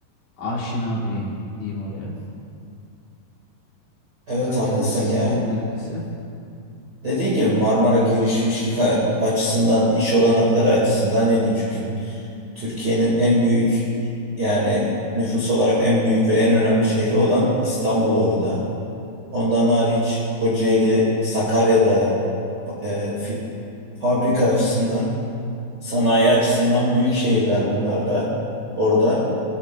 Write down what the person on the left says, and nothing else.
aşina biriyim diyeyim oraya.
Öyle
yani senin
neresi?